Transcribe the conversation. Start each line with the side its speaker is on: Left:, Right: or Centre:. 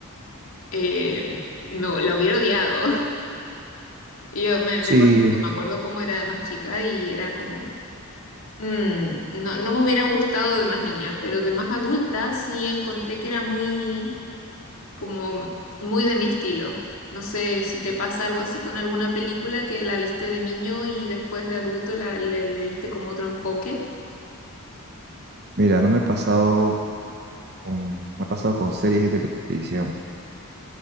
Left: eh, no, la hubiera odiado. <laughs> Yo me,
Right: Sí,
Left: me conozco, me acuerdo cómo era de más chica y era como... mm, no, no me hubiera gustado de más niña, pero de más adulta sí encontré que era muy, como muy de mi estilo. No sé si te pasa algo así con alguna película que la viste de niño y después de adulto la, le, le diste como otro enfoque.
Right: mira, no me he pasado con- me ha pasado con series de televisión.